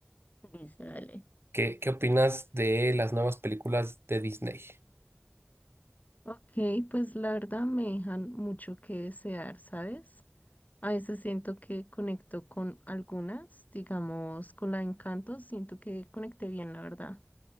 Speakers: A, on the left; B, on the right.
A: listo, dale.
B: ¿Qué, qué opinas de las nuevas películas de Disney?
A: Ok, pues la verdad me dejan mucho que desear, ¿sabes? A veces siento que conecto con algunas, digamos, con la de Encanto, siento que conecté bien, la verdad.